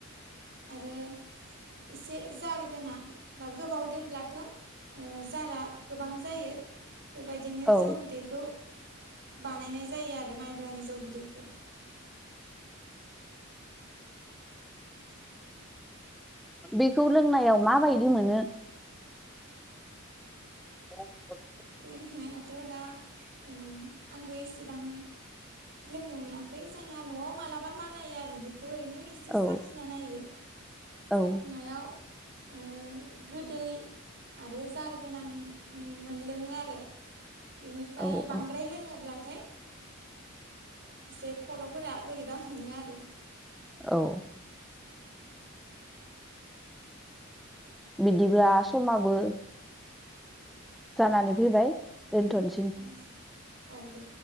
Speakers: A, on the right (about 55°); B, in the centre.
A: आरो एसे जार गोनां बा गोबाव दोनब्लाथ' ओ जारा गोबां जायो बेबायदिनो
B: औ
A: जौ बिदैखौ बानायनाय जायो आरो माइब्रानि जौ बिदैखौ
B: बेखौ लोंनायाव माबायदि मोनो <inaudible>
A: लोंनायाथ' दा ओ आंबो एसेबां लोंनो मोनाखै जोंहा न'आव मालाबा बानायो आरो बे खौ ओरैनो एसे
B: औ
A: साखिना नायो साखिनायाव
B: औ
A: ओ गोदै आरो जार गोनां मोन लोङो आरो बिनिफ्राय
B: औ
A: बांद्राय
B: औ
A: लोङोब्लाथाय एसे खर'फोरा बोरैबा मोनो आरो
B: औ बिदिब्ला समाबो जानानै फैबाय दोनथ'न
A: औ औ दे